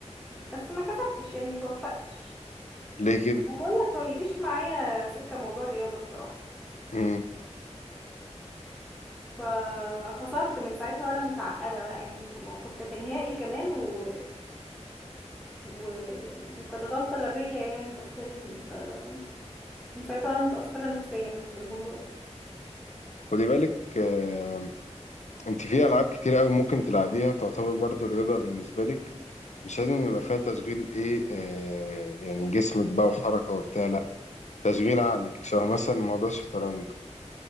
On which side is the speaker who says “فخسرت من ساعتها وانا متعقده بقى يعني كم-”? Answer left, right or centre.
Centre